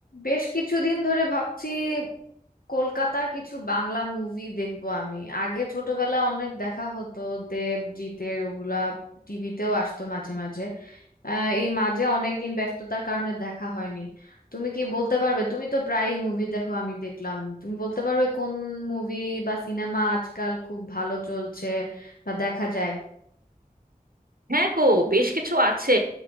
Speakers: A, on the left; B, on the right.
A: বেশ কিছুদিন ধরে ভাবছি কলকাতার কিছু বাংলা মুভি দেখবো আমি আগে ছোটবেলায় অনেক দেখা হতো দেব জিতের ওগুলা টিভিতেও আসতো মাঝে মাঝে আহ, এই মাঝে অনেকদিন ব্যস্ততার কারণে দেখা হয়নি তুমি কি বলতে পারবে তুমি তো প্রায়ই মুভি দেখো আমি দেখলাম তুমি বলতে পারবে কোন মুভি বা সিনেমা আজকাল খুব ভালো চলছে বা দেখা যায়
B: হ্যাঁ গো বেশ কিছু আছে